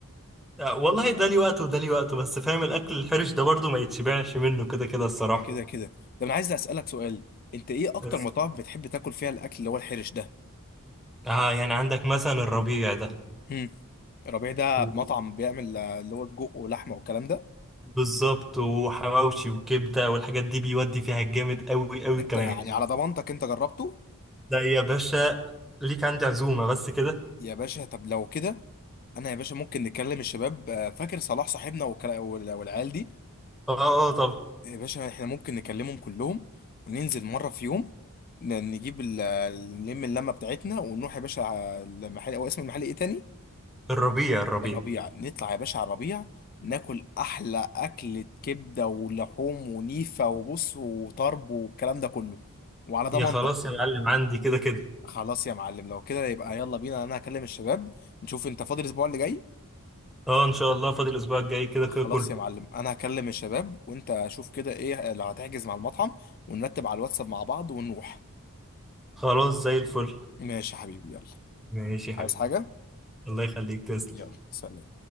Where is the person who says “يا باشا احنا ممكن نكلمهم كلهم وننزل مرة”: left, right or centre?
Left